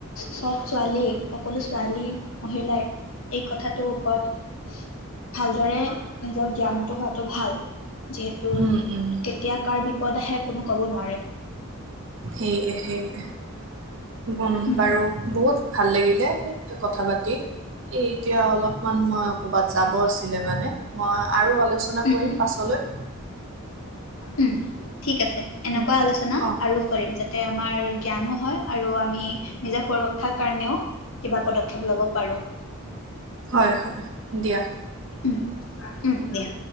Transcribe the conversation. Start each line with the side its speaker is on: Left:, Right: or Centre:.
Left: চব ছোৱালী সকলো ছোৱালী মহিলাই এই কথাটোৰ ওপৰত ভালদৰে নিজৰ জ্ঞানটো হোৱাটো ভাল যিহেতু
Right: উম, উম,
Left: কেতিয়া কাৰ বিপদ আহে কোনো ক'ব নোৱাৰে
Right: ঠিক ঠিক ম
Left: উম,
Right: বাৰু বহুত ভাল লাগিল কথা পাতি এই এতিয়া অলপমান মই ক'বাত যাব আছিলে মানে মই আৰু আলোচনা
Left: উম,
Right: কৰিম
Left: উম,
Right: পাছলৈ
Left: উম। ঠিক আছে এনেকুৱা
Right: উম,
Left: আলোচনা
Right: অ',
Left: আৰু কৰিম যাতে আমাৰ জ্ঞানো হয় আৰু আমি নিজৰ সুৰক্ষাৰ কাৰণেও কিবা পদক্ষেপ ল'ব পাৰোঁ
Right: হয় হয় দিয়া
Left: উম উম দিয়া